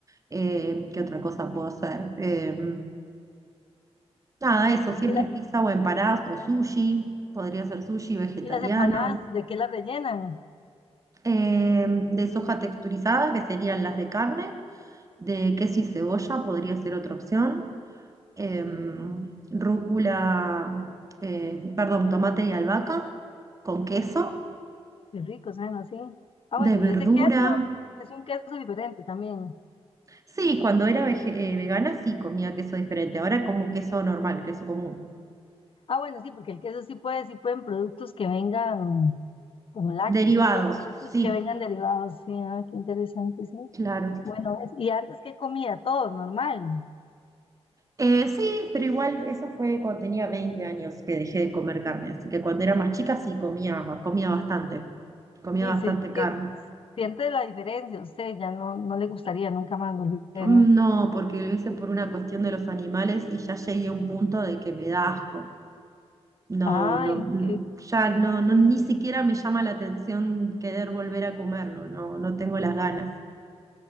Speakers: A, on the right; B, on the left.
A: eh, ¿qué otra cosa puedo hacer? Eh, nada, eso, siempre
B: ¿Y, la-
A: es pizza o empanadas o sushi, podría ser sushi vegetariano
B: y las empanadas, de qué las rellenan?
A: eh, de soja texturizada, que serían las de carne, de queso y cebolla podría ser otra opción, em, rúcula, eh, perdón, tomate y albahaca con queso,
B: Qué rico, suena así. Ah, bueno,
A: de
B: y
A: verdura.
B: ese queso es un queso diferente también.
A: Sí, cuando era vege- eh, vegana sí comía queso diferente, ahora como queso normal, queso común.
B: Ah, bueno, sí, porque el queso sí puede, sí pueden productos que vengan como lácteos,
A: Derivados,
B: sí pueden productos
A: sí,
B: que vengan derivados, sí, ah, qué interesante, sí.
A: claro.
B: Bueno, es- y antes que comía todo normal.
A: Eh, sí, pero igual eso fue cuando tenía 20 años que dejé de comer carne, así que cuando era más chica sí comía, comía bastante, comía
B: Y
A: bastante
B: sí,
A: carne.
B: que siente la diferencia, usted ya no, no le gustaría nunca más volver,
A: Mm,
B: ¿no?
A: No, porque lo hice por una cuestión de los animales y ya llegué a un punto de que me da asco. No,
B: Ay,
A: no, mm,
B: qué,
A: ya no, no, ni siquiera me llama la atención querer volver a comerlo, no, no tengo las ganas.